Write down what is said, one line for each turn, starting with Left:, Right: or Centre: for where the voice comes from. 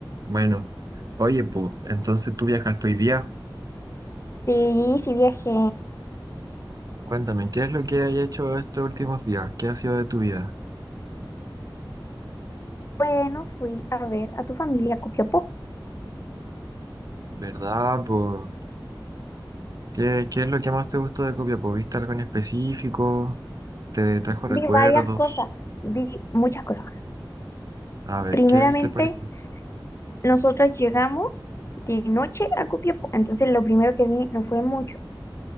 Right: Bueno, oye, pues, entonces tú viajaste hoy día.
Left: Sí, sí viajé.
Right: Cuéntame, ¿qué es lo que has hecho estos últimos días? ¿Qué ha sido de tu vida?
Left: Bueno, fui a ver a tu familia a Copiapó.
Right: ¿Verdad, po? ¿Qué, qué es lo que más te gustó de Copiapó? ¿Viste algo en específico? ¿Te trajo recuerdos?
Left: Vi varias cosas, vi muchas cosas.
Right: A ver,
Left: Primeramente,
Right: ¿qué viste por allá?
Left: nosotros llegamos de noche a Copiapó, entonces lo primero que vi no fue mucho,